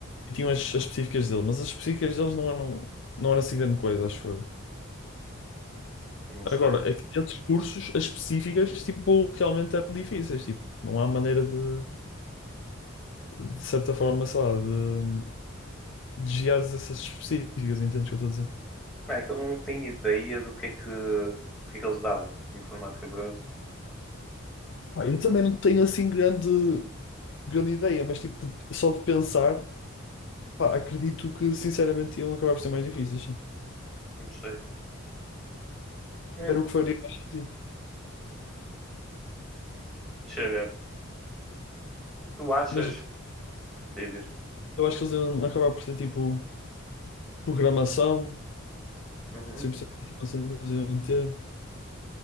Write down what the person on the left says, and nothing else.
E tinham as, as específicas deles, mas as específicas deles não eram, não era assim grande coisa, acho eu.
Agora, aqueles cursos, as específicas, tipo, realmente eram difíceis, tipo, não há maneira de, de certa forma, sei lá, de, de desviares essas específicas, entendes o que eu estou a dizer?
Pá, eu também não tenho assim grande, grande ideia, mas tipo, de- só de pensar. Pá, acredito que sinceramente iam acabar por ser mais difíceis, sim.
Era o que faria mais sentido.
Imagina,
eu acho que eles iam acabar por ter tipo programação,
100% de informação que eles iam ter.